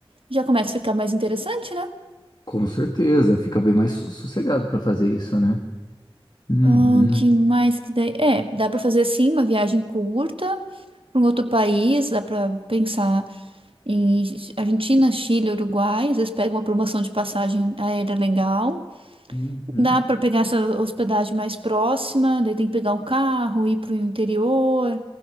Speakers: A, on the right; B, on the left.
A: já começa a ficar mais interessante, né?
B: Com certeza, fica bem mais su- sossegado para fazer isso, né? Uhum.
A: Ah, que mais que daí? É, dá para fazer sim uma viagem curta para um outro país, dá para pensar em Argentina, Chile, Uruguai, às vezes pega uma promoção de passagem aérea legal.
B: Uhum.
A: Dá para pegar essa hospedagem mais próxima, daí tem que pegar um carro, ir para o interior,